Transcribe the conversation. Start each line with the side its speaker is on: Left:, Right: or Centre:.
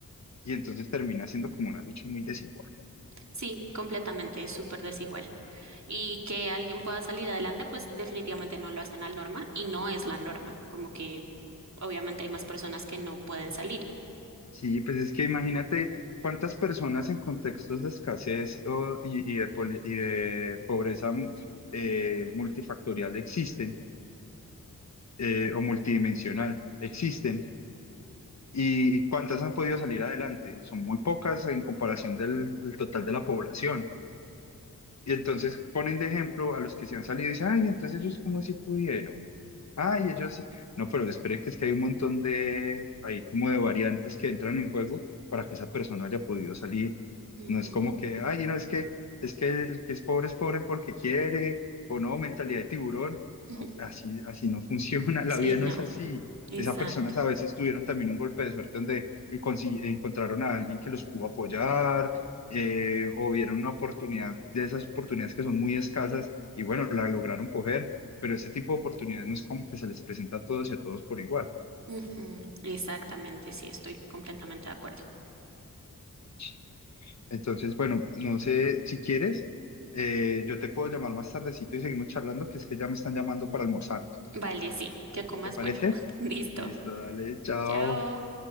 Left: y entonces termina siendo como una lucha muy desigual.
Right: Sí, completamente, es súper desigual. Y que alguien pueda salir adelante, pues definitivamente no lo hacen al norma y no es la norma, como que obviamente hay más personas que no pueden salir.
Left: Sí, pues es que imagínate cuántas personas en contextos de escasez o- y, y de, poli- y de pobreza mm, eh, multifactorial existen eh, o multidimensional existen y, y cuántas han podido salir adelante. y Son muy pocas en comparación del, del total de la población. Y entonces ponen de ejemplo a los que se han salido y dicen, ay, entonces ellos como si pudieron. Ay, ellos sí. No, pero espere que es que hay un montón de, hay como de variantes que entran en juego para que esa persona haya podido salir.
Right: Ujú,
Left: No es como que, ay, no, es que, es que el que es pobre es pobre porque quiere, o no, mentalidad de tiburón.
Right: ujú.
Left: No, así, así no funciona, <laughs> la
Right: Sí,
Left: vida
Right: no,
Left: no es así.
Right: exacto.
Left: Esas personas a veces tuvieron también un golpe de suerte donde consi- encontraron a alguien que los pudo apoyar, eh, o vieron una oportunidad, de esas oportunidades que son muy escasas, y bueno, la lograron coger pero ese tipo de oportunidades no es como que se les presenta a todos y a todos por igual.
Right: Ujú, Exactamente, sí, estoy completamente de acuerdo.
Left: Sí. Entonces, bueno, no sé si quieres, eh, yo te puedo llamar más tardecito y seguimos charlando, que es que ya me están llamando para almorzar.
Right: Vale, sí, que comas
Left: ¿Te parece?
Right: bueno. <laughs> Listo.
Left: Listo, dale, chao.
Right: Chao.